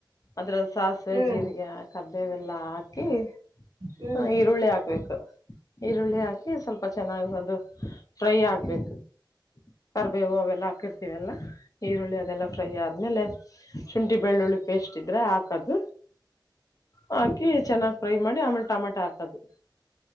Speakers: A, on the left; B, on the right.
A: ಅದ್ರ ಸಾಸಿವೆ
B: ಹ್ಮ್
A: ಜೀರಿಗೆ ಕರ್ದೇವೆಲ್ಲಾ ಹಾಕಿ
B: ಹ್ಮ್
A: ಹ
B: ಹ್ಮ್
A: ಈರುಳ್ಳಿ ಹಾಕ್ಬೇಕು ಈರುಳ್ಳಿ ಹಾಕಿ ಸ್ವಲ್ಪ ಚೆನ್ನಾಗ ಫ್ರೈ ಆಗ್ಬೇಕು ಕರ್ಬೇವು ಅವೆಲ್ಲ ಹಾಕಿರ್ತಿೀವಿ ಎಲ್ಲಾ ಈರುಳ್ಳಿ ಅದೆಲ್ಲ ಫ್ರೈ ಆದ್ಮೇಲೆ ಶುಂಠಿ ಬೆಳ್ಳುಳ್ಳಿ ಪೇಸ್ಟ್ ಇದ್ರೆ ಹಾಕದು ಹಾಕಿ ಚೆನ್ನಾಗ್ ಫ್ರೈ ಮಾಡಿ ಆಮೇಲೆ ಟಮಾಟ ಹಾಕದು್